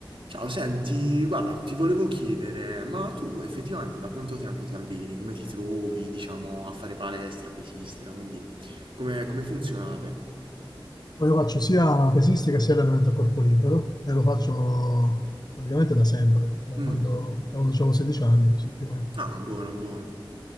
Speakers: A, on the right; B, on the left.
A: Ciao, senti, guarda, ti volevo chiedere, ma tu effettivamente da quanto tempo ti alleni? Come ti trovi, diciamo, a fare palestra, pesistica? Quindi, come, come funzionate?
B: Io faccio sia pesistica sia allenamento a corpo libero e lo faccio praticamente da sempre, da quando,
A: Mm.
B: da quando avevo 16 anni, così più o meno.
A: Ah, buono, buono.